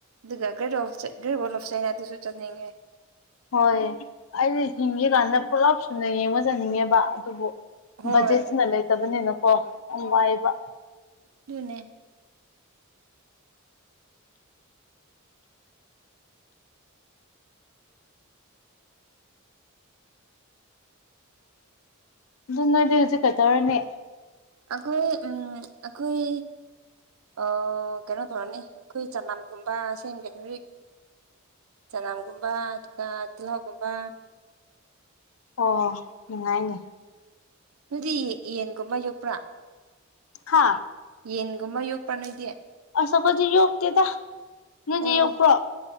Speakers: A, on the right; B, on the left.
A: ꯑꯗꯨꯒ great of great wall of ꯆꯥꯏꯅꯥꯗꯨꯁꯨ ꯆꯠꯅꯤꯡꯉꯦ
B: ꯍꯣꯏ ꯑꯩꯅ ꯍꯤꯡꯒꯦꯀꯥꯟꯗ ꯄꯨꯂꯞ ꯁꯨꯅ ꯌꯦꯡꯉꯖꯅꯤꯡꯉꯦꯕ ꯑꯗꯨꯕꯨ
A: ꯍꯣꯏ
B: ꯕꯖꯦꯠꯁꯤꯅ ꯂꯩꯇꯕꯅꯤꯅꯀꯣ ꯌꯥꯝ ꯋꯥꯏꯑꯕ
A: ꯨꯅꯦ
B: ꯑꯗꯨ ꯅꯣꯏꯗꯤ ꯍꯧꯖꯤꯛ ꯀꯩꯇꯧꯔꯅꯤ
A: ꯑꯩꯈꯣꯏ ꯎꯝ ꯑꯩꯈꯣꯏ ꯑ ꯀꯩꯅꯣ ꯊꯧꯔꯅꯤ ꯑꯩꯈꯣꯏ ꯆꯅꯝꯒꯨꯝꯕ ꯁꯦꯝꯒꯦ ꯍꯧꯖꯤꯛ ꯆꯅꯝꯒꯨꯝꯕ ꯑꯗꯨꯒ ꯇꯤꯜꯍꯥꯎꯒꯨꯝꯕ
B: ꯑꯣ ꯍꯣ ꯅꯨꯡꯉꯥꯏꯅꯦ
A: ꯅꯗꯤ ꯌꯦꯟꯒꯨꯝꯕ ꯌꯣꯛꯄ꯭ꯔꯥ
B: ꯍꯥꯥ
A: ꯌꯦꯟꯒꯨꯝꯕ ꯌꯣꯛꯄ ꯅꯣꯏꯗꯤ
B: ꯑ ꯀꯗꯤ ꯌꯣꯒ ꯇꯦ ꯇ ꯅꯗꯤ
A: ꯑꯣ
B: ꯌꯧ ꯄ꯭ꯔꯣ